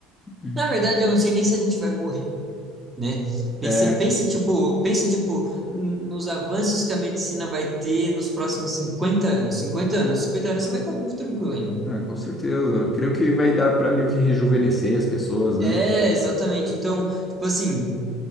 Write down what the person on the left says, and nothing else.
Uhum.
É,
ah, com certeza. Creio que vai dar para meio que rejuvenescer as pessoas, né?